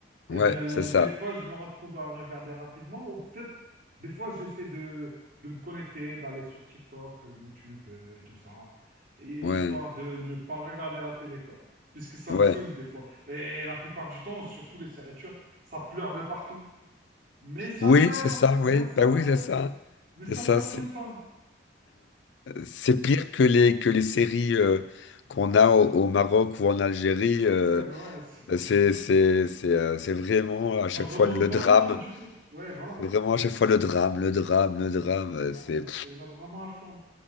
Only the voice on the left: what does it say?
ouais,
c'est ça.
Ouais,
ouais.
Oui,
c'est ça,
oui.
Ben oui,
c'est ça.
C'est ça,
c'est
c'est pire que les, que les séries euh, qu'on a au, au Maroc ou en Algérie. euh,
Euh,
C'est,
c'est,
c'est, euh, c'est vraiment à
chaque
fois le
drame.
C'est Vraiment à chaque fois le drame, le drame, le drame. euh,
C'est...